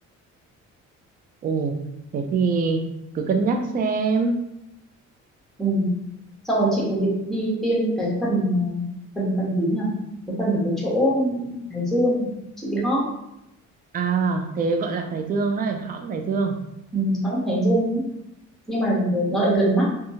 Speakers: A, on the right (about 30°); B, in the centre.
A: ồ thế thì cứ cân nhắc xem
B: ừ. xong rồi chị còn định đi tiêm cái phần à, phần phần gì nhỉ cái phần ở cái chỗ Hải Dương chị bị hót
A: À thế gọi là thái dương đấy, hõm thái dương.
B: ừ, hót Hải Dương ấy. nhưng mà nó lại gần mắt